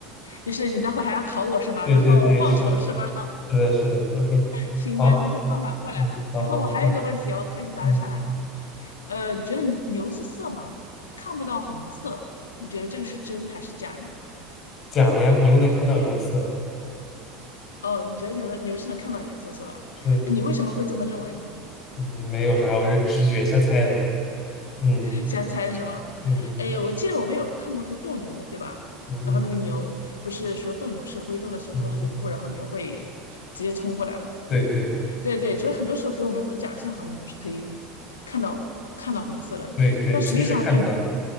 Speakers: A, on the left; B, on the left.
A: 就是你待会还要考我是吗？
B: 对对对，
A: 然后报仇是吗？
B: 是的，
A: <laughs>
B: 是的，是的，OK，
A: 行吧，
B: 好。
A: 等一下放马过来吧。
B: 嗯，好好，
A: 然后我还有一个问题哦，
B: 嗯，
A: 看你答得上来吗？
B: 嗯
A: 呃，你觉得牛牛是色盲，看不到红色，你觉得这个是真还是假呢？
B: 假的呀，你又能看到颜色，
A: 哦，你觉得牛的牛是能看到颜色是吧？
B: 是的，
A: 你为什么会这么认为呢？
B: 嗯，没有啥，我是直觉瞎猜的，嗯
A: <laughs> 瞎猜是什么？
B: 嗯
A: 哎，我记得我们有看过那个斗牛，对吧？
B: 嗯嗯
A: 然后那个牛不是说斗牛是挥动了手中的红布，
B: 嗯，嗯，
A: 然后牛会直接冲过来嘛？
B: 对对
A: 对对，所以很多时候给我们这种假象，好像牛是可以看到看到红色的，
B: 对对，
A: 但实际上它
B: 其实是看不到，